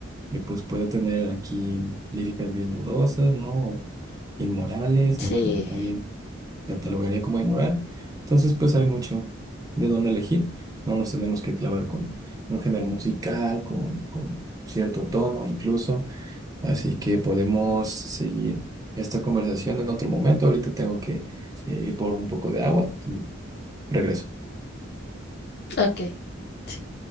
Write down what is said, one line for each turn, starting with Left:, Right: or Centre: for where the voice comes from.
Right: eh, pues puede tener aquí líricas bien dudosas, ¿no? Inmorales,
Left: Sí,
Right: lo que alguien catalogaría como inmoral. Entonces pues hay mucho de dónde elegir, no nos tenemos que clavar con un género musical, con, con cierto tono incluso. Así que podemos seguir esta conversación en otro momento. Ahorita tengo que eh, ir por un poco de agua y regreso.
Left: ok. sí.